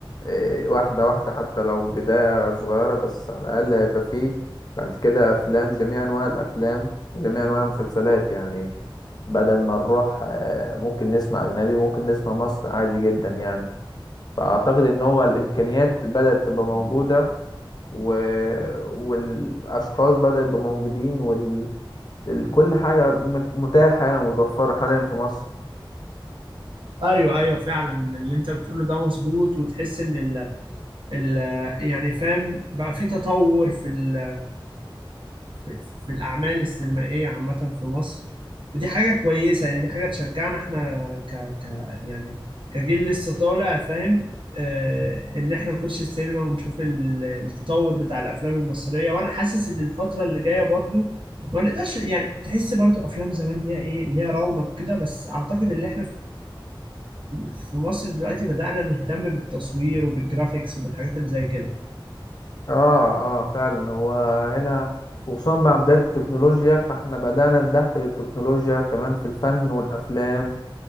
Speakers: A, on the left; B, on the right.
A: إيه، واحدة واحدة حتى لو بداية صغيرة بس على الأقل هيبقى فيه بعد كده أفلام جميع أنواع الأفلام وجميع أنواع المسلسلات يعني بدل ما نروح آه، ممكن نسمع أجنبي ممكن نسمع مصر عادي جدا يعني فأعتقد إن هو الإمكانيات بدأت تبقى موجودة و... والأشخاص بدأوا يبقوا موجودين وال... ال- كل حاجة مت- متاحة يعني ومتوفرة حاليا في مصر
B: ايوه ايوه فعلا اللي انت بتقوله ده مظبوط وتحس ان ال ال يعني فاهم بقى في تطور في ال في, في في الأعمال السينمائية عامة في مصر ودي حاجة كويسة يعني دي حاجة تشجعنا احنا ك, ك يعني كجيل لسه طالع فاهم آه إن احنا نخش السينما ونشوف ال- التطور بتاع الأفلام المصرية وأنا حاسس إن الفترة اللي جاية برضو ما نقدرش يعني تحس برضو أفلام زمان ليها إيه ليها رونق كده بس أعتقد إن احنا في في مصر دلوقتي بدأنا نهتم بالتصوير وبالجرافيكس وبالحاجات اللي زي كده
A: اه اه فعلا هو هنا وخصوصا مع بداية التكنولوجيا فاحنا بدأنا ندخل التكنولوجيا كمان في الفن والأفلام